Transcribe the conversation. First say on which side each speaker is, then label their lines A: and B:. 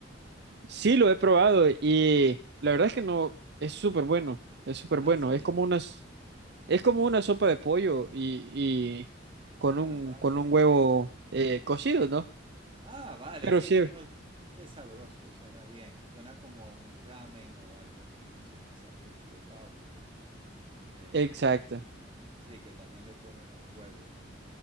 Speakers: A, on the right (about 60°); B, on the right (about 30°).
A: Sí, lo he probado y la verdad es que no, es súper bueno, es súper
B: Ah,
A: bueno.
B: sí.
A: Es como unas es como una sopa de pollo y, y con
B: Ah,
A: un,
B: vale.
A: con un huevo eh, cocido, ¿no?
B: Ah, vale,
A: Pero
B: sí,
A: sí,
B: es que uno... Este es sabroso, suena bien. Suena como a un ramen o algo así, no sé, quizás estoy equivocado, pero... Eh,
A: exacto.
B: sí, que también le ponen un huevo.